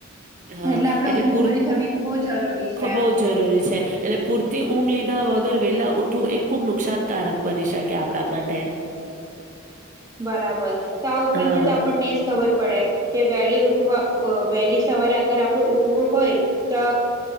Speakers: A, on the right; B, on the right.
A: હા
B: એટલે આપડે ઊંમઘ
A: પૂર
B: પૂરી થવી બી બહ જરૂરી છે.
A: ખ બહુ જ જરૂરી છે એટલે પૂરતી ઊંઘ લીધા વગર વેલા ઉઠવું, એ ખુબ નુકસાનકારક બની શકે આપણા માટે
B: બરાબર, તો આ ઉપરાંત
A: હા
B: થી તો આપણને જ ખબર પડ પડે કે વહેલી, ઉઠવા વહેલી સવારે અગર આપડું ઉઠવું હોય, તો